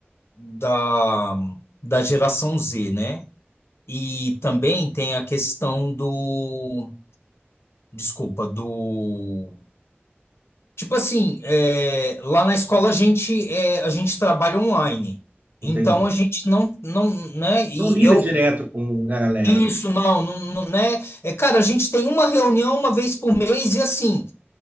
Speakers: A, on the left; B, on the right.
A: da, da geração Z, né? E também tem a questão do, desculpa, do Tipo assim, é, lá na escola a gente, é, a gente trabalha online.
B: Entendi.
A: Então a gente não, não, né? E
B: Não lida
A: eu
B: direto com a galera
A: isso não, não, não, né? É, cara, a gente tem uma reunião uma vez por mês e assim,